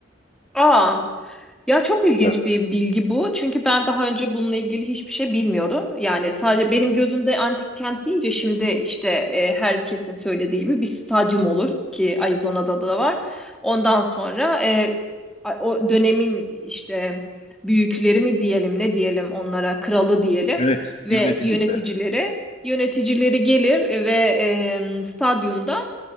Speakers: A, in the centre; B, on the left (about 35°).
A: Aa. Ya çok ilginç
B: Evet.
A: bir bilgi bu. Çünkü ben daha önce bununla ilgili hiçbir şey bilmiyorum. Yani sadece benim gözümde antik kent deyince şimdi işte e, herkesin söylediği gibi bir stadyum olur ki Arizona'da da var. Ondan sonra e, a- o dönemin işte büyükleri mi diyelim ne diyelim onlara kralı diyelim
B: Yönet,
A: ve
B: yöneticileri.
A: yöneticileri yöneticileri gelir ve e, stadyumda